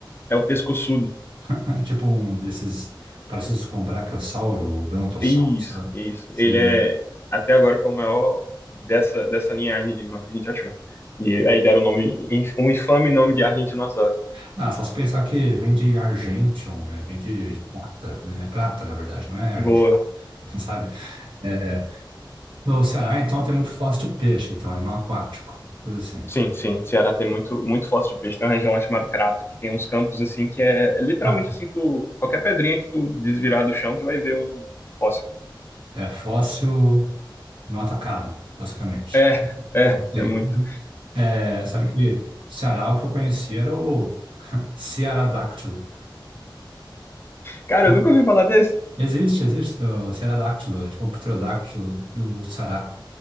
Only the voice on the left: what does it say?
é o pescoçudo.
Isso,
isso.
Ele
é até agora foi o maior dessa dessa linhagem de animal que a gente achou. E aí deram o nome um infame nome de Argentinossauros.
Boa.
Sim, sim. Ceará tem muito, muito fóssil de peixe. Tem uma região lá chamada Crato, que tem uns campos assim que é é literalmente
assim, tu, qualquer pedrinha que tu desvirar do chão, tu vai ver um fóssil.
É, é,
é muito.
Cara,
eu nunca ouvi falar desse.